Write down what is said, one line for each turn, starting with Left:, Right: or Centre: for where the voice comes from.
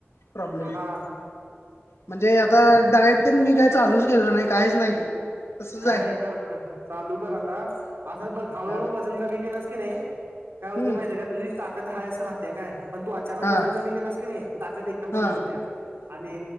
Left: प्रॉब्लेम
Right: हा!
Left: म्हणजे आता डायट मी काही चालूच केलं नाही काहीच नाही. तसच
Right: नाही
Left: आहे
Right: नाही, कर कर, चालू कर आता असं पण हळूहळू
Left: हा
Right: वजन कमी केल असं किनई काय होते
Left: हम्म
Right: माहिती का तुझी ताकत. हाय सर हत्या काय. पण तू अचानक
Left: हा
Right: वजन कमी केलंस की नाही ताकद एकदम
Left: हा
Right: कमी होत्या. आणि